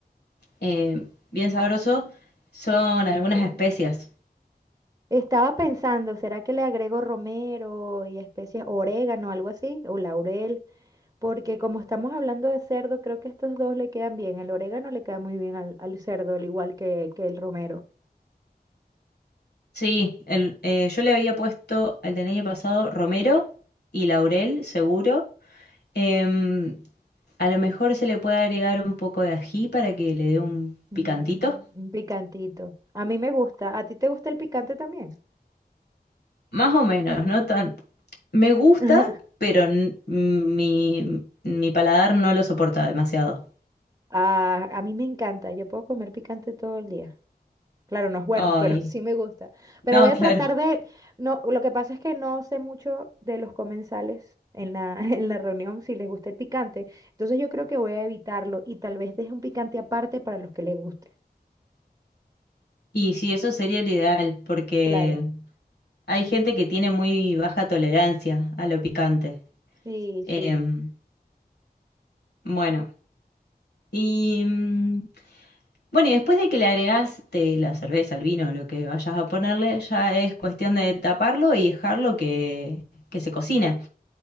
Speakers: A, on the left; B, on the right.
A: eh, bien sabroso, son algunas
B: Ok.
A: especias.
B: Estaba pensando, ¿será que le agrego romero y especies, orégano, algo así, o laurel? Porque como estamos hablando de cerdo, creo que estos dos le quedan bien. El orégano le queda muy bien al, al cerdo, al igual que, que el romero.
A: Sí, el, eh, yo le había puesto el del año pasado romero y laurel, seguro. Em, a lo mejor se le puede agregar un poco de ají para que le dé un
B: Mm,
A: picantito.
B: un picantito. A mí me gusta. ¿A ti te gusta el picante también?
A: Más o menos, no tanto. Me gusta,
B: <laughs>
A: pero n- mi, mi paladar no lo soporta demasiado.
B: Ah, a mí me encanta. Yo puedo comer picante todo el día. Claro, no es bueno,
A: Ay,
B: pero <laughs> sí me gusta.
A: <laughs>
B: Pero
A: no,
B: voy a
A: claro.
B: tratar de... No, lo que pasa es que no sé mucho de los comensales en la, <laughs> en la reunión si les gusta el picante. Entonces yo creo que voy a evitarlo y tal vez deje un picante aparte para los que les guste.
A: Y sí, eso sería el ideal, porque
B: Claro.
A: hay gente que tiene muy baja tolerancia a lo picante.
B: Sí,
A: Em,
B: sí.
A: bueno, y mm, bueno, y después de que le agregás te la cerveza, el vino, lo que vayas a ponerle, ya es cuestión de taparlo y dejarlo que, que se cocine.